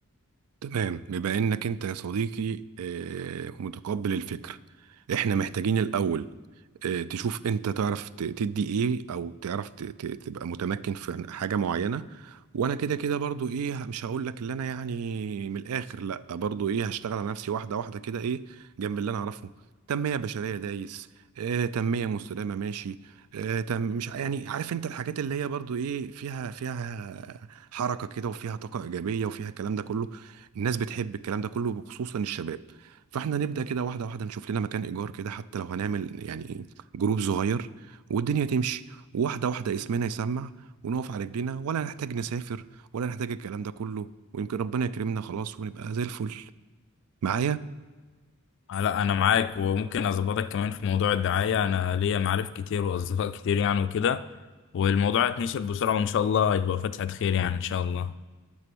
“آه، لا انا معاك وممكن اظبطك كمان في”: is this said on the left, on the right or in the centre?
Left